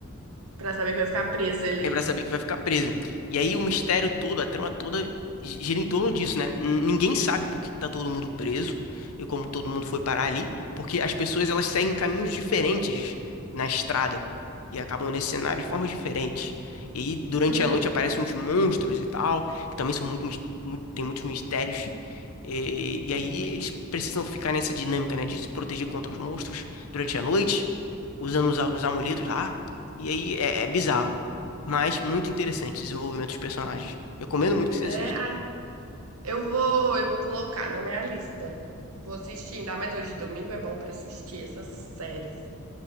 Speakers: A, on the right (about 85°); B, on the left (about 80°).
A: pra saber que eu ia ficar presa ali.
B: é pra saber que vai ficar preso. E aí o mistério todo, a trama toda gi- gira em torno disso, né? N- Ninguém sabe por que que tá todo mundo preso e como todo mundo foi parar ali, porque as pessoas elas seguem caminhos diferentes na estrada e acabam nesse cenário de formas diferentes. E aí durante
A: Hum,
B: a noite aparecem uns monstros e tal, que também são muito, mis- muito tem muitos mistérios. E, e aí eles precisam ficar nessa dinâmica, né, de se proteger contra os monstros durante a noite, usando os, a- os amuletos lá. E aí é é bizarro. Mas muito interessante o desenvolvimento dos personagens. Recomendo muito que você
A: é,
B: assista.
A: ah, Eu vou, eu vou colocar na minha lista. Vou assistir, ainda mais hoje domingo é bom pra assistir essas séries.